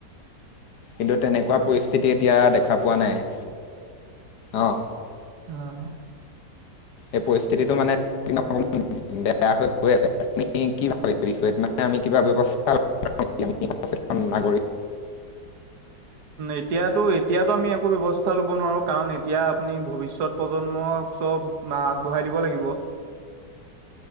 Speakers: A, on the left; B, on the right.
A: কিন্তু, তেনেকুৱা পৰিস্থিতি এতিয়া, দেখা পোৱা নাই। অ'!
B: <unintelligible>
A: এই পৰিস্থিতিটো মানে, <unintelligible> বেয়া হৈ গৈ আছে। আপুনি কি ভাবে, এই বিষয়ত মানে, আমি কিবা ব্যৱস্থা <unintelligible> <unintelligible> নাগৰিক।
B: এতিয়াতো, এতিয়াতো আমি একো ব্যৱস্থা ল'ব নোৱাৰোঁ। কাৰণ, এতিয়া আপুনি ভৱিষ্যত প্ৰজন্মক চব বা আগবঢ়াই দিব লাগিব।